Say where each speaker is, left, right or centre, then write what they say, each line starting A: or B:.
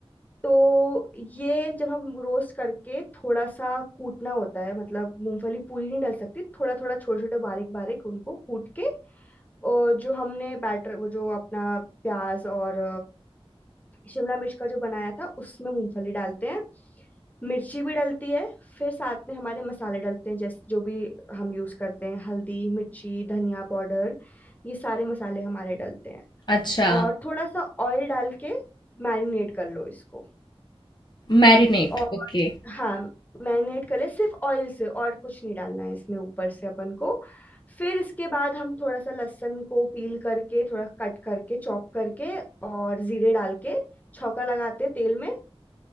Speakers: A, on the left (about 15°); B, on the left (about 45°).
A: तो ये जब हम रोस्ट करके थोड़ा सा कूटना होता है मतलब मूंगफली पूरी नहीं डल सकती थोड़ा थोड़ा छोटे छोटे बारीक बारीक उनको कूट के और जो हमने बैटर वो जो अपना प्याज और शिमला मिर्च का जो बनाया था उसमें मूंगफली डालते हैं मिर्ची भी डलती है फिर साथ में हमारे मसाले डलते हैं जैसे जो भी हम यूज करते हैं हल्दी मिर्ची धनिया पाउडर ये सारे मसाले हमारे डलते हैं
B: अच्छा
A: और थोड़ा सा ऑयल डाल के मैरिनेट कर लो इसको
B: Marinate
A: और
B: okay
A: हाँ मैरिनेट कर ले सिर्फ ऑयल से और कुछ नहीं डालना है इसमें ऊपर से अपन को फिर इसके बाद हम थोड़ा सा लहसुन को पील करके थोड़ा कट करके चॉप करके और जीरे डाल के छौंका लगाते हैं तेल में